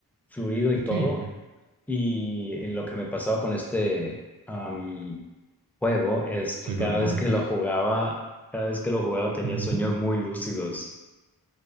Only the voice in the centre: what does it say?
fluido y
todo.
Y eh, lo que me pasaba con este am, juego es que
cada vez que lo jugaba, cada vez que lo jugaba tenía
sueños muy lúcidos.